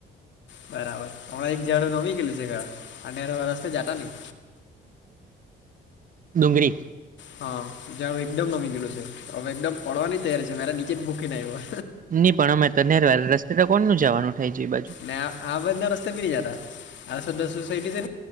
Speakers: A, on the left; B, on the right.
A: બરાબર હમણાં એક ઝડું નમી ગયલું છે ખ અનેરો રસ્તે જતા નહી
B: હ ડુંગરી.
A: હા જારું એકદમ નમી ગયલું છે હવે એકદમ પડવાની તૈયારી છે મારે નીચે જ ભૂખી ને આયવો.
B: નઈ પણ અમે તો તને ર રસ્તે તો કોને જવાનું થાય છે એ બાજુ.
A: ને આ આવરના રસ્તે ભી નહીં જાતા ી <inaudible> જાર આ શદ સોસટીી છે